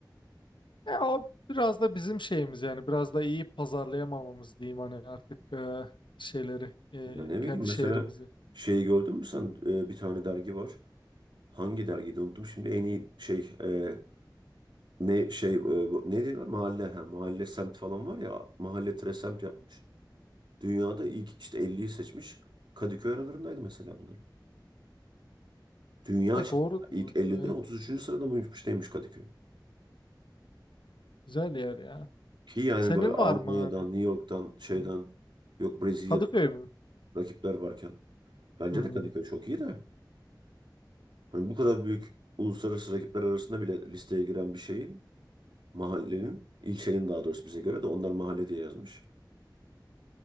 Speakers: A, on the left; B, on the right.
A: E, o biraz da bizim şeyimiz yani biraz da iyi pazarlayamamamız diyeyim hani artık e, şeyleri e,
B: Ya ne
A: kendi
B: bileyim mesela
A: şehrimizi.
B: şeyi gördün mü sen? Ee, bir tane dergi var. Hangi dergiydi unuttum şimdi. En iyi şey e, Ne şey e, bu- ne diyorlar mahalle ha mahalle semt falan var ya mahalle tire semt yapmış. Dünyada ilk işte elliyi seçmiş. Kadıköy aralarındaydı mesela bunların. Dünya
A: Ya
B: çapında
A: doğru
B: ilk 50'de
A: evet,
B: 33. sırada mıymış neymiş Kadıköy.
A: güzel yer ya.
B: Ki yani
A: Senin
B: böyle Almanya'dan,
A: var mı hani
B: New York'tan, şeyden
A: e,
B: yok Brezilya'dan
A: Kadıköy mü?
B: rakipler varken bence
A: Hmm.
B: de Kadıköy çok iyi de. Hani bu kadar büyük uluslararası rakipler arasında bile listeye giren bir şeyin mahallenin, ilçenin daha doğrusu bize göre de onlar mahalle diye yazmış.